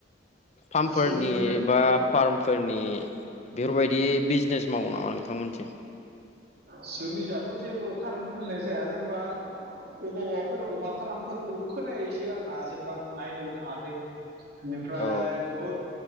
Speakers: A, on the left (about 40°); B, on the right (about 60°).
A: फार्मफोरारनि
B: जोंनिजोंथ'
A: बा फार्मफोरनि बेफोरबायदि बिजनेस मावो नामा नोंथांमोनथिं?
B: जोंनिजाथ' जेबो फार्म खुलिनाय जाया जेनेबा अबावबाफोर अमा फार्मफोरखौ खोनायोसो आरोना जेनेबा आ नायनोबो थाङाखै बेनिफ्राय
A: औ
B: ब्र